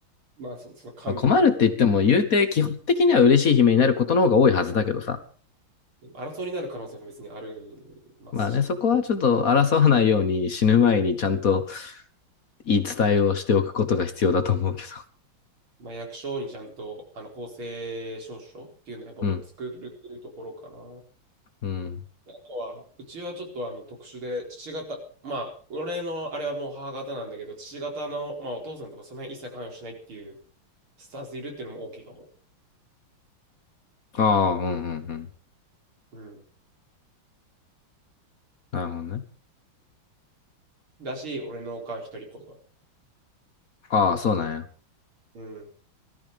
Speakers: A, on the right (about 80°); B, on the left (about 45°).
A: まあそ、その管理というか、
B: まあ、困るって言っても、言うて、基本的には嬉しい悲鳴になることの方が多いはずだけどさ。
A: 争いになる可能性も別にありますし、
B: まあね、そこはちょっと争わないように死ぬ前にちゃんと言い伝えをしておくことが必要だと思うけど。
A: まあ、役所にちゃんとあの公正証書っていうのはやっぱもう作るっていうところかな。
B: うん。
A: あ
B: うん。
A: とは、うちはちょっとあの特殊で、父方、まあ、俺のあれはもう母方なんだけど、父方の、まあ、お父さんとかその辺一切関与しないっていうスタンスいるっていうのも大きいかも。
B: ああ、うんうんうん。
A: うん。
B: なるほどね。
A: だし、俺のおかん一人っ子とか、
B: ああ、そうなんや。
A: うん。